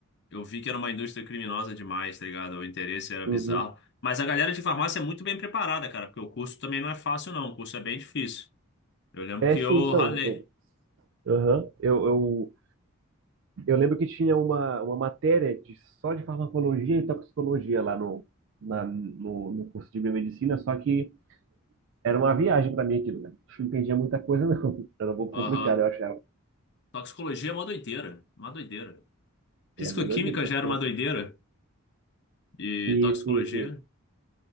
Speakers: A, on the left; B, on the right.
A: eu vi que era uma indústria criminosa demais, tá ligado? O interesse era
B: Uhum.
A: bizarro. Mas a galera de farmácia é muito bem preparada, cara, porque o curso também não é fácil, não. O curso é bem difícil. Eu lembro
B: É,
A: que
B: sim,
A: eu
B: então,
A: ralei.
B: eu, aham, eu, eu Eu lembro que tinha uma, uma matéria de, só de farmacologia e toxicologia lá no, na- no, no curso de biomedicina, só que era uma viagem para mim aquilo, né? Não entendia muita coisa, não. <laughs> Era um pouco
A: Aham.
B: complicado, eu achava.
A: Toxicologia é uma doideira, uma doideira. Fisicoquímica
B: E É muito doideira toxicologia.
A: já era uma doideira e
B: Sim,
A: toxicologia,
B: sim, sim.